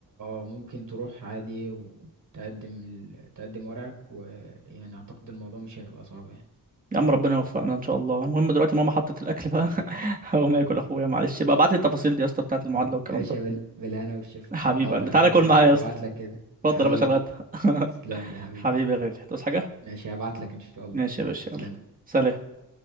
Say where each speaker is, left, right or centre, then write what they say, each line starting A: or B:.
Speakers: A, on the right; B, on the right.
A: اه ممكن تروح عادي وتقدم ال- تقدم ورقك ويعني اعتقد الموضوع مش هيبقى صعب يعني
B: يا عم ربنا يوفقنا ان شاء الله المهم دلوقتي ماما حطت الاكل بقى
A: آه.
B: <laughs> هقوم اكل اخويا معلش بقى ابعت لي التفاصيل دي يا اسطى بتاعت المعادله والكلام
A: يا باشا
B: ده
A: بال- بالهنا والشفا
B: حبيب
A: حاضر
B: قلبي تعالى
A: هبعت
B: كل
A: لك
B: معايا
A: هبعت
B: يا اسطى
A: لك كده
B: اتفضل
A: حبيبي
B: يا باشا الغدا <laughs>
A: تسلم لي حبيبي
B: حبيبي يا غالي تصحى حاجه
A: ماشي هبعت لك ان شاء الله
B: ماشي يا باشا
A: تسلم
B: يلا
A: لي
B: سلام